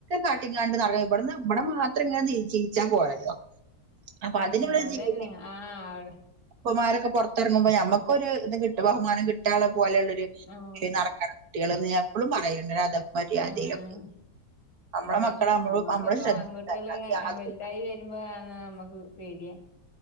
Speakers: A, on the right; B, on the left.
A: കാട്ടിങ്ങാണ്ട് നടറ ഇവിട്ന്ന് ഇവിടെ മാത്രം ഇങ്ങനെ നിചീച്ചാ പോയത് അപ്പൊ
B: ആഹ്
A: അതിനുള്ള
B: അതന്നെ
A: ജീവിതം
B: ആഹ്
A: ഉപ്പമാരൊക്കെ പോറത്തറങ്ങുമ്പോ ഞമ്മക്കൊരു കിട്ടും ബഹുമാനം കിട്ടാള്ളെ പോലെയുള്ള ഒരു
B: ആഹ്
A: ഇതില് നടക്കണം കുട്ടികള് എപ്പളും പറയും <unintelligible> മര്യാദയിലൊക്കെ
B: ആഹ്
A: നമ്മളെ
B: അതന്നെ
A: മക്കളെ നമ്മള്
B: നമ്മക്കൊക്കെ
A: നമ്മള് ശ്രദ്ധിക്കുക
B: പെൺകുട്ടികള്
A: അത് യാതൊരു
B: വലുതായി വരുമ്പോ ആ നമ്മ പേടിയാ